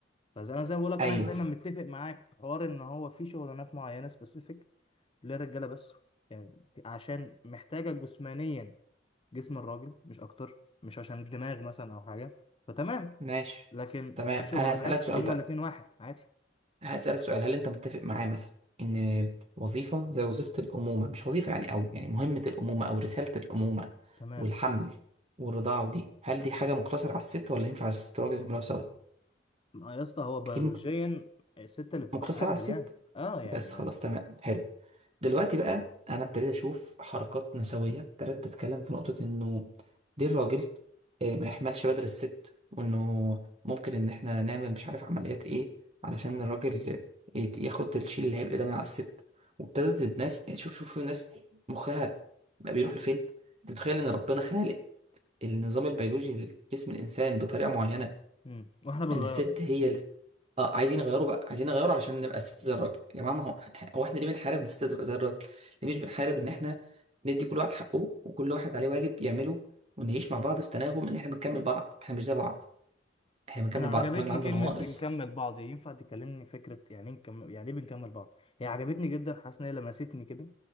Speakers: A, on the left; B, on the right.
A: فزي انا زي ما بقول لك
B: أيوه
A: انا دايما متفق معاك في حوار ان هو في شغلانات معينة سبيسيفيك للرجالة بس يعني عشان محتاجة جسمانيا جسم الراجل مش اكتر مش عشان الدماغ مثلا او حاجة فتمام
B: ماشي
A: لكن
B: تمام
A: في شغلانات
B: أنا هسألك سؤال
A: هما
B: بقى
A: الاتنين واحد عادي
B: هسألك سؤال هل أنت متفق معايا مثلا إن وظيفة زي وظيفة الأمومة مش وظيفة يعني أو يعني مهمة الأمومة أو رسالة الأمومة
A: تمام
B: والحمل والرضاعة ودي هل دي حاجة مقتصرة على الست ولا ينفع الست والراجل يعملوها سوا؟
A: ما يا اسطى هو بيولوجيا
B: أكيد
A: الست اللي بتبقى
B: مقتصر
A: حامل
B: على الست
A: يعني اه يعني
B: بس
A: ما
B: خلاص تمام حلو دلوقتي بقى انا ابتديت اشوف حركات نسويه ابتديت اتكلم في نقطه انه دي الراجل آه، ما يحملش بدل الست وانه ممكن ان احنا نعمل مش عارف عمليات ايه علشان
A: آه.
B: الراجل يت- ياخد الشيل اللي هيبقى ده من على الست وابتدت الناس يعني شوف شوف الناس مخها بقى بيروح لفين انت متخيل ان ربنا خالق النظام البيولوجي لجسم الانسان بطريقه معينه
A: مم. واحنا بنغير
B: ان الست هي اه عايزين يغيروا بقى عايزين يغيروا علشان نبقى ست زي الراجل يا جماعه ما هو هو احنا ليه بنحارب ان الست تبقى زي الراجل ليه مش بنحارب ان احنا ندي كل واحد حقه وكل واحد عليه واجب يعمله ونعيش مع بعض في تناغم ان احنا بنكمل بعض احنا مش زي بعض احنا بنكمل
A: انا عجبتني
B: بعض الراجل عنده
A: كلمة
B: نواقص
A: بنكمل بعض ينفع تكلمني فكرة يعني ايه نكمل يعني ايه بنكمل بعض هي عجبتني جدا حاسس ان هي لمستني كده